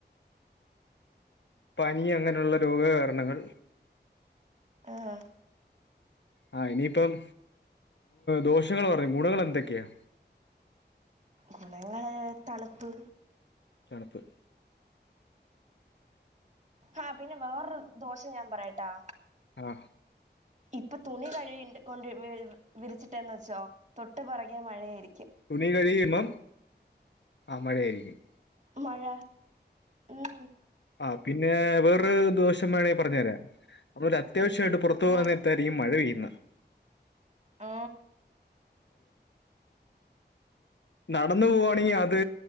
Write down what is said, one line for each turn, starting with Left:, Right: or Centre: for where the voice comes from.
Left: പനി അങ്ങനെയുള്ള രോഗകാരണങ്ങൾ
Right: ആ
Left: ആ ഇനിയിപ്പം ദോഷങ്ങൾ പറഞ്ഞ ഗുണങ്ങൾ എന്തൊക്കെയാ?
Right: ഗുണങ്ങൾ തണുപ്പ്
Left: തണുപ്പ്
Right: ആഹ പിന്നെ വേറൊരു ദോഷംഞാൻ പറയട്ടാ
Left: ആഹ
Right: ഇപ്പൊ തുണി കഴി കൊണ്ട് വിരിച്ചിട്ടന്ന് വെച്ചോ തൊട്ട്പറകെ മഴയായിരിക്കും.
Left: തുണി കഴികയുമ്പം ആ മഴയായിരിക്കും.
Right: മഴ ഉം
Left: ആ പിന്നെ വേറൊ ദോഷം വേണമൽ പറഞ്ഞു തരാം നമ്മ അത്യാവശ്യമായിട്ട് പുറത്ത പോകുന്നരത്തായിരിക്കും
Right: ആഹ്
Left: മഴ പെയ്യുന്നത്.
Right: ഓ
Left: നടന്ന പോവാവാണെങ്കിൽ അത്